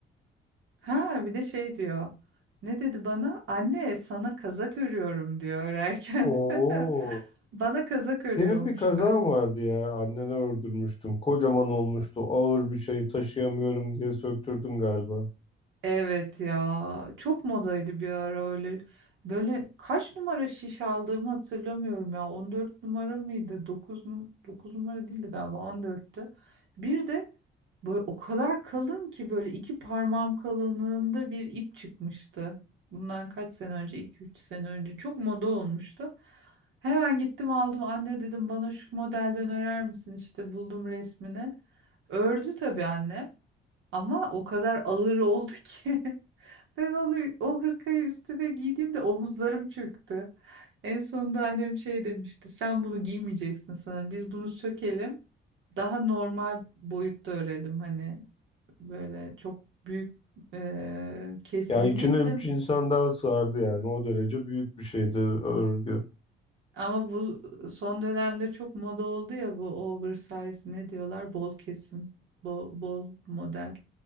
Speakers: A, on the right; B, on the left.
A: Ha bir de şey diyor. Ne dedi bana? Anne sana kazak örüyorum diyor örerken.
B: Oo.
A: <laughs> Bana kazak örüyormuş.
B: Senin bir kazan
A: Ö-
B: vardı ya. Anneni öldürmüştün. Kocaman olmuştu. Ağır bir şey taşıyamıyorum diye söktürdün galiba.
A: Evet ya. Çok modaydı bir ara öyle. Böyle kaç numara şiş aldığımı hatırlamıyorum ya. 14 numara mıydı? Dokuz dokuz numara değildi galiba 14'tü. Bir de Böyle o kadar kalın ki böyle iki parmağım kalınlığında bir ip çıkmıştı. Bundan kaç sene önce, iki üç sene önce çok moda olmuştu. Hemen gittim aldım anne dedim bana şu modelden örer misin işte buldum resmini. Ördü tabii anne ama o kadar ağır oldu ki <laughs> ben onu o hırkayı üstüme giydiğimde omuzlarım çöktü. En sonunda annem şey demişti sen bunu giymeyeceksin sana biz bunu sökelim daha normal boyutta örelim hani böyle çok büyük e, kesim
B: Ya içine
A: değildin.
B: üç insan daha sığardı yani. O derece büyük bir şeydi örgü.
A: Ama bu son dönemde çok moda oldu ya bu oversize ne diyorlar? Bol kesim, bol, bol model.